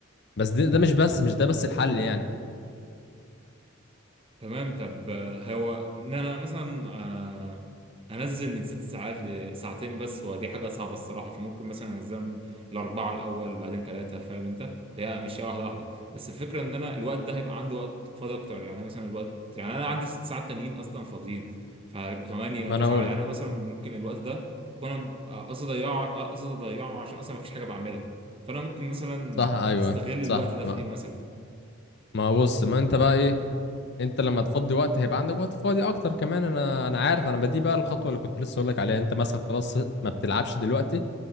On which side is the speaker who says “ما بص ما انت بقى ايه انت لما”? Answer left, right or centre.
Left